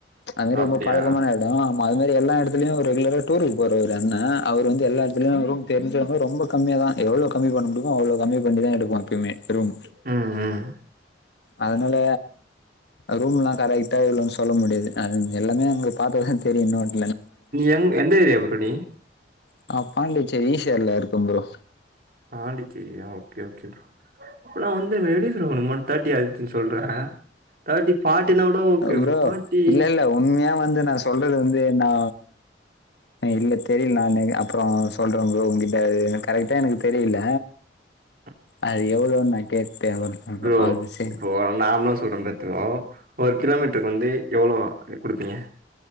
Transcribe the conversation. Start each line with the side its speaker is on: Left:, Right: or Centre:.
Left: அங்கிட்டு
Right: அப்டியா
Left: ரொம்ப பழகமானது ஆமா அது மாரி எல்லா எடத்துலயு ரெகுலரா டூருக்கு போற ஒரு அண்ண அவரு வந்து எல்லா எடத்துலயு ரூம் தெரிஞ்சவங்க ரொம்ப கம்மியா தா எவ்ளோ கம்மி பண்ண முடியுமோ அவ்ளே கம்மி பண்ணிதா எடுப்போ எப்போமே ரூம்
Right: உ உ
Left: அதுனால ரூம்லா கரெட்டா இவ்ளோனு சொல்ல முடியாது எல்லாமே அங்க பாத்து தா தெரியுமா <unintelligible>
Right: எங்க எந்த ஏரியா புரோ நீ
Left: நா பாண்டிச்சேரி ஈசிஆர்ல இருக்க ப்ரோ
Right: பாண்டிச்சேரியா ஓகே ஓகே ப்ரோ அப்பல்லா வந்து வெளி புரோ நம்ம தேர்டி ஆச்சு சொல்ற தேட்டி ஃபாட்டினா கூட ஓகே ஒரு
Left: ப்ரோ
Right: ஃபாட்டி
Left: இல்ல இல்ல உண்மையா வந்து நா சொல்றது வந்து நா இல்ல தெரியல நா <unintelligible> அப்புறோ சொல்றே ப்ரோ உ கிட்ட கரெக்ட்டா எனக்கு தெரியல
Right: <inaudible>
Left: அது எவ்ளோன் நா கேட்டே <unintelligible>
Right: ப்ரோ
Left: அது செரி
Right: இப்போ நார்மலா சொல்றே பார் ப்ரோ ஒரு கிலோமீட்ருக்கு வந்து எவ்ளோ குடுப்பீங்க